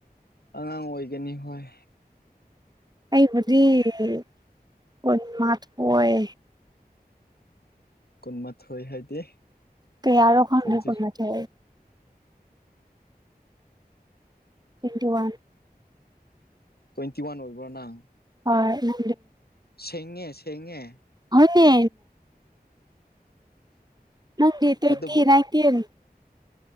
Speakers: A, on the left; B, on the right.
A: ꯑꯉꯥꯡ ꯑꯣꯏꯒꯅꯤ ꯍꯣꯏ
B: ꯑꯩꯕꯗꯤꯣꯏ ꯃꯥꯃꯊ ꯀꯣꯏ
A: ꯀꯨꯟꯃꯥꯊꯣꯏ ꯍꯥꯏꯗꯤ
B: ꯀꯩꯔꯣ ꯈꯅꯤ
A: ꯇ꯭ꯋꯦꯟꯇꯤ
B: ꯄ ꯆ ꯊ ꯋꯥ
A: ꯇ꯭ꯋꯦꯟꯇꯤ ꯋꯥꯟ ꯑꯣꯏꯕ꯭ꯔꯣ ꯅꯪ
B: ꯍ ꯅ
A: ꯁꯦꯡꯉꯦ ꯁꯉꯦ
B: ꯍꯧꯗꯤ ꯅꯪꯗꯤ ꯇ꯭ꯋꯦꯟꯇꯤ
A: ꯑꯗꯨꯕꯨ
B: ꯅꯥꯏꯟꯇꯤꯟ